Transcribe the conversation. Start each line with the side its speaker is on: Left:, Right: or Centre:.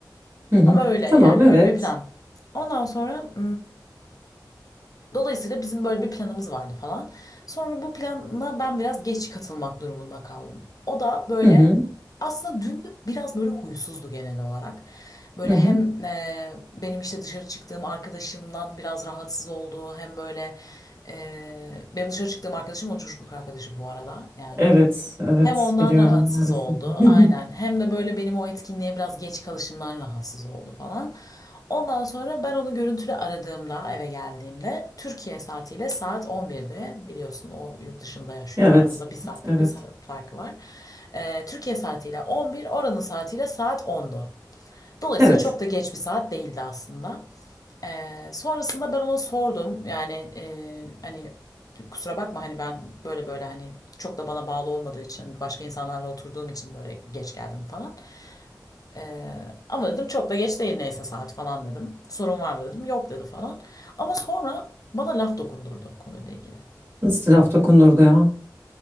Right: Hı hı.
Left: Ama öyle
Right: Tamam,
Left: yani
Right: evet.
Left: öyle bir plan. Ondan sonra Dolayısıyla bizim böyle bir planımız vardı falan. Sonra bu plana ben biraz geç katılmak durumunda kaldım. O da böyle
Right: Hı hı,
Left: aslında dün biraz böyle huysuzdu genel olarak. Böyle
Right: hı hı.
Left: hem e, benim işte dışarı çıktığım arkadaşımdan biraz rahatsız oldu. Hem böyle e, benim dışarı çıktığım arkadaşım onun çocukluk arkadaşı bu arada yani.
Right: Evet, evet
Left: Hem ondan
Right: biliyorum
Left: rahatsız
Right: maalesef.
Left: oldu
Right: <laughs>
Left: aynen. Hem de böyle benim o etkinliğe biraz geç kalışımdan rahatsız oldu falan. Ondan sonra ben onu görüntülü aradığımda eve geldiğimde Türkiye saatiyle saat 11'de biliyorsun o yurt dışında yaşıyor
Right: Evet,
Left: aramızda bir saatlik
Right: evet.
Left: bir saat farkı var. Ee, Türkiye saatiyle 11 oranın saatiyle saat 10'du. Dolayısıyla
Right: Evet.
Left: çok da geç bir saat değildi aslında. Ee, sonrasında ben ona sordum yani e, hani kusura bakma hani ben böyle böyle hani çok da bana bağlı olmadığı için başka insanlarla oturduğum için böyle geç geldim falan. Ee, ama dedim çok da geç değil neyse saat falan dedim. Sorun var mı dedim. Yok dedi falan. Ama sonra bana laf dokundurdu konuyla ilgili.
Right: Nasıl laf dokunurdu ya?